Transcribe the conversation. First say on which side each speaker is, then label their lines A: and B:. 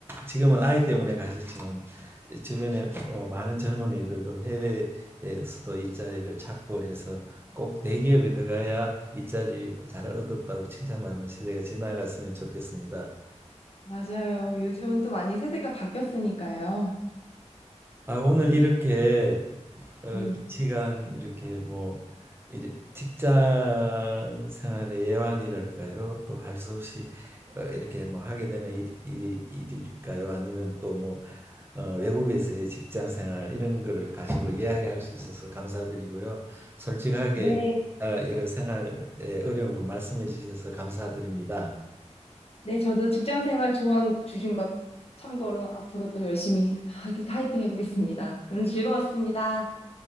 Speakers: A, on the right (about 20°); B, on the left (about 55°).
A: 지금은 아이 때문에 가셨지만 주변에 어, 많은 젊은이들도 해외에서도 일자리를 찾고 해서 꼭 대기업에 들어가야 일자리 잘 얻었다고 칭찬받는 시대가 지나갔으면 좋겠습니다.
B: 맞아요. 요즘은 또 많이 세대가 바뀌었으니까요.
A: 아, 오늘 이렇게 어,
B: 네.
A: 긴 시간 이렇게 뭐 이래- 직장 생활의 애환이랄까요? 또 할 수 없이 어, 이렇게 뭐 하게 되는 일, 일이, 일일까요? 아니면 또 뭐 어, 외국에서의 직장 생활 이런 거를 가지고 이야기할 수 있어서 감사드리고요. 솔직하게
B: 네.
A: 어, 여러 생활의 어려움을 말씀해 주셔서 감사드립니다.
B: 네, 저도 직장 생활 조언 주신 것 참고로 앞으로 또 열심히 하기, 화이팅 해보겠습니다. 오늘 즐거웠습니다.